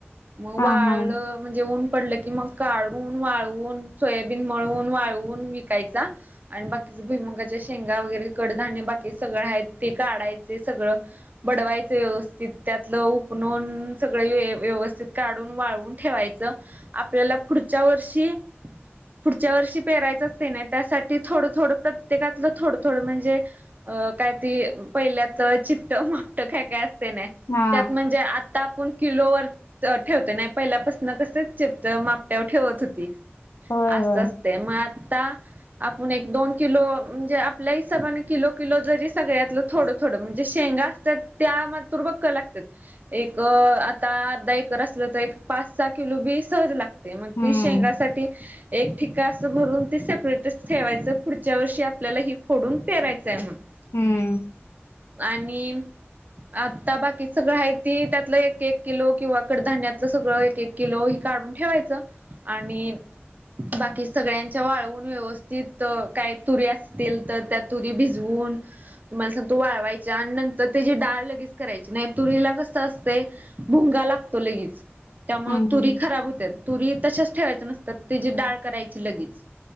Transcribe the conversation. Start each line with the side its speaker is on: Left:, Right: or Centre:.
Right: मग
Left: हा
Right: वाळं
Left: हा
Right: म्हणजे ऊन पडलं की मग काढून वाळवून, सोयाबीन मळून वाळवून विकायचा. आणि बाकीचे भुईमंगाच्या शेंगा वगैरे कडधान्य बाकी सगळं आहेत ते काढायचे सगळं. बडवायचं व्यवस्थित त्यातलं ऊन ऊन सगळं व्यवस्थित काढून वाळवून ठेवायचं. आपल्याला पुढच्या वर्षी पुढच्या वर्षी पेरायचं असतंय नाही त्यासाठी थोडं थोडं त्यात प्रत्येकातलं थोडं थोडं म्हणजे अ काय ती पहिल्याच चिपट मापटं काय काय अस ते नाय
Left: हा
Right: त्यात म्हणजे आता आपण किलोवर ठेवतोय नाही पहिल्यापासन कस चिपटं मापट्यावर ठेवत होती
Left: होय
Right: अस
Left: होय
Right: असते मग आत ता आपण एक दोन किलो म्हणजे आपल्या हिसाबाने किलो किलो जरी सगळ्यातलं थोडं थोडं म्हणजे शेंगा तर त्या तुर बकळं लागतेत एक आता अर्धा एकर असलं तर एक पाच सहा किलो बी सहज लागते, मग
Left: हम्म
Right: ती शेंगासाठी एक ठ्ठिक असं भरून ती सेपरेटच ठेवायचं. पुढच्या वर्षी आपल्याला हि फोडून पेरायचं.
Left: हम्म
Right: <unintelligible> आणि आता बाकी सगळं आहे ते त्यातलं एक एक किलो किंवा कडधान्यात सगळं एक एक किलो हे काढून ठेवायचं आणि बाकी सगळ्यांच्या वाळवून व्यवस्थित, काही तुरी असतील तर त्या तुरी भिजवून तुम्हाला सांगतो वाळवायच आणि नंतर त्याची डाळ लगेच करायची. नाहीतर तुरीला कसं असतंय भुंगा लागतो लगीच. त्यामुळं
Left: हम्म
Right: तुरी
Left: हम्म
Right: खराब होत्यात. तुरी तशाच ठेवायचं नसत्यात त्याची डाळ करायची लगेच.